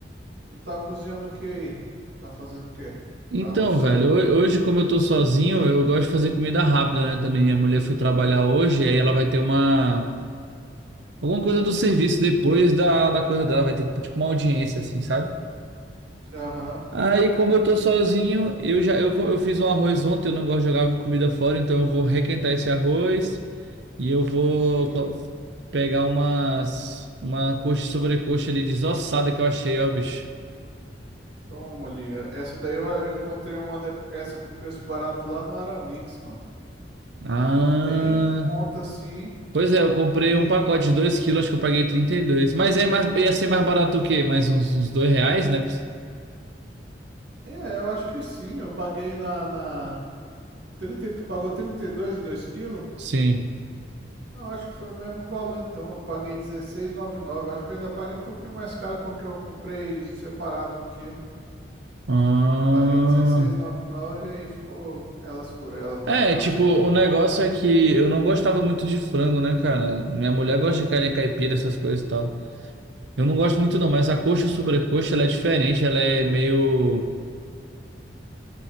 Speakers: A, on the right (about 70°); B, on the right (about 85°).
A: tu tá cozinhando o que aí? Tá fazendo o quê?
B: Então,
A: Pra almoçar.
B: velho, ho- hoje, como eu tô sozinho, eu gosto de fazer comida rápida, né? Também minha mulher foi trabalhar hoje, aí ela vai ter uma. Alguma coisa do serviço depois da, da coisa dela, vai ter tipo uma audiência, assim, sabe?
A: Aham,
B: Aí, como eu tô sozinho, eu já eu, co- eu fiz um arroz ontem, eu não gosto de jogar comida fora, então eu vou requentar esse arroz e eu vou
A: sim.
B: co- pegar umas. Uma coxa e sobrecoxa ali desossada que eu achei, ó, bicho.
A: Toma ali. Essa daí eu, eu encontrei uma de- essa com preço barato lá no Aramix, mano.
B: Ah,
A: Tava bem em conta assim.
B: pois é, eu comprei
A: E
B: um pacote de 2 quilos, acho que eu paguei 32. Mas é mais, ia ser mais barato o quê? Mais uns, uns 2 reais, né?
A: é, eu acho que sim. Eu paguei na, na trinta e- tu pagou 32 em dois kg?
B: Sim.
A: Não, acho que foi o mesmo valor então. Eu paguei dezesseis e noventa e nove Acho que eu ainda paguei um pouquinho mais caro porque eu comprei separado um quilo.
B: Ah,
A: Paguei dezesseis e noventa e nove e aí ficou elas por elas, mais
B: é,
A: basicamente.
B: tipo, o negócio é que eu não gostava muito de frango, né, cara? Minha mulher gosta de galinha caipira, essas coisas e tal. Eu não gosto muito não, mas a coxa e sobrecoxa, ela é diferente, ela é meio